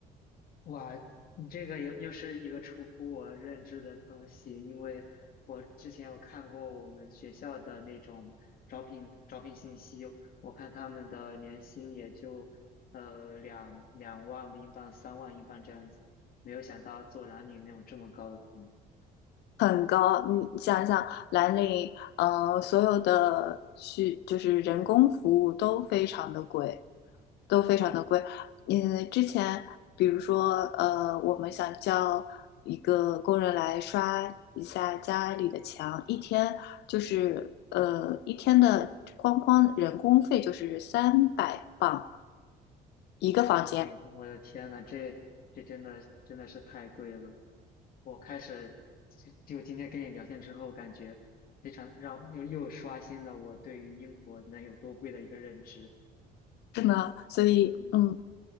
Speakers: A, on the left; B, on the left.
A: 哇，你这个又又是一个出乎我认知的东西，因为我之前有看过我们学校的那种招聘招聘信息，我看他们的年薪也就呃两两万英镑、三万英镑这样子，没有想到做男女那种这么高的工资。
B: 很高，你想想，蓝领，呃，所有的需就是人工服务都非常的贵，都非常的贵。嗯，之前比如说，呃，我们想叫一个工人来刷一下家里的墙，一天就是呃一天的光光人工费就是三百磅一个房间，
A: 啊，我的天呐，这这真的真的是太贵了。我开始就就今天跟你聊天之后，感觉非常让又又刷新了我对于英国能有多贵的一个认知。
B: 是呢，所以嗯，
A: 嗯，